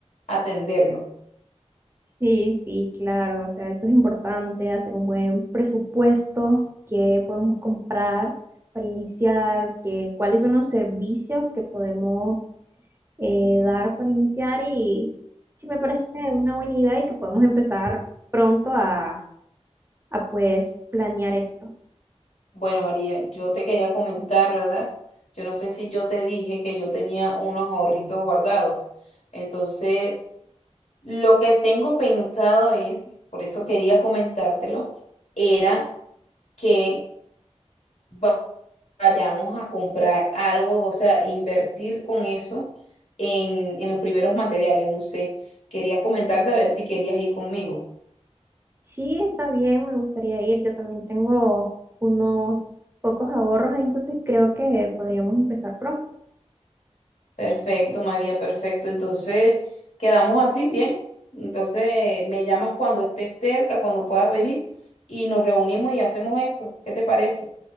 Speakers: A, on the left; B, on the right.
A: atenderlo.
B: Sí, sí, claro, o sea, eso es importante, hacer un buen presupuesto, qué podemos comprar para iniciar, qué, cuáles son los servicios que podemos eh, dar para iniciar y sí me parece una buena idea y que podemos empezar pronto a, a pues planear esto.
A: Bueno, María, yo te quería comentar, ¿verdad? Yo no sé si yo te dije que yo tenía unos ahorritos guardados. Entonces, lo que tengo pensado es, por eso quería comentártelo, era que va- vayamos a comprar algo, o sea, invertir con eso en, en los primeros materiales. No sé, quería comentarte a ver si querías ir conmigo.
B: Sí, está bien, me gustaría ir. Yo también tengo unos pocos ahorros, entonces creo que podríamos empezar pronto.
A: Perfecto, María, perfecto. Entonces, quedamos así, bien. Entonces, me llamas cuando estés cerca, cuando puedas venir, y nos reunimos y hacemos eso. ¿Qué te parece?